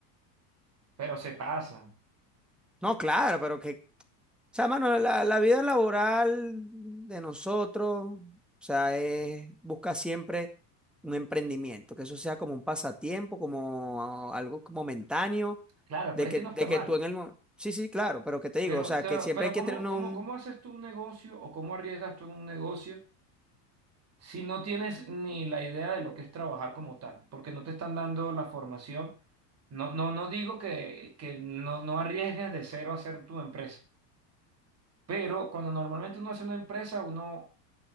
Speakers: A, on the right; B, in the centre.
A: pero se pasan.
B: No, claro, pero que O sea, mano, la, la vida laboral de nosotros, o sea, es buscar siempre un emprendimiento, que eso sea como un pasatiempo, como algo momentáneo,
A: Claro,
B: de
A: pero es
B: que,
A: que no está
B: de
A: mal.
B: que tú en el momento. Sí, sí, claro, pero que te digo,
A: Pero,
B: o sea,
A: pero,
B: que siempre
A: pero
B: hay que
A: ¿cómo,
B: tener
A: cómo,
B: un.
A: cómo haces tú un negocio o cómo arriesgas tú en un negocio si no tienes ni la idea de lo que es trabajar como tal? Porque no te están dando la formación. No, no, no digo que, que no, no arriesgues de cero a hacer tu empresa, pero cuando normalmente uno hace una empresa, uno